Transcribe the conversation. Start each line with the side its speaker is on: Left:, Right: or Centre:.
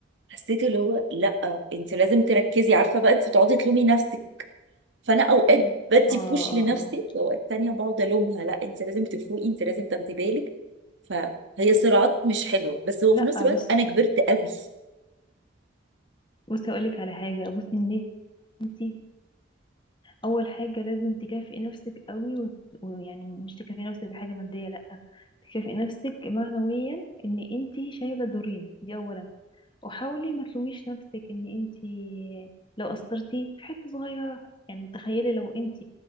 Right: حسيت اللي هو لا انت لازم تركزي عارفه بقى انت بتقعدي تلومي نفسك فانا اوقات بدي
Left: اه
Right: بوش
Left: اه
Right: لنفسي
Left: اه
Right: واوقات تانية بقعد الومها لا انت لازم تفوقي انت لازم تاخدي بالك فهي صراعات مش حلوه بس هو
Left: لا
Right: في نفس الوقت
Left: بص
Right: انا كبرت قوي
Left: بصي هقولك على حاجة بصي ان انتي اول حاجة لازم تكافئي نفسك قوي و- ويعني مش تكافئي نفسك بحاجة مادية لأ تكافئي نفسك معنويا ان انتي شايلة دورين دي اولا وحاولي ما تلوميش نفسك ان انت لو قصرتي في حته صغيره يعني تخيلي لو انت